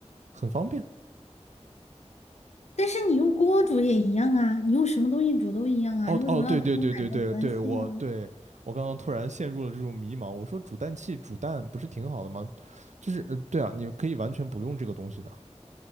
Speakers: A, on the right; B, on the left.
A: 很方便
B: 但是你用锅煮也一样啊，你用什么东西煮都一样啊，
A: 哦哦，
B: 你为什么要单独买个煮蛋器啊？
A: 对对对对对对，我对我刚刚突然陷入了这种迷茫。我说煮蛋器煮蛋不是挺好的吗？就是呃，对啊，你可以完全不用这个东西的。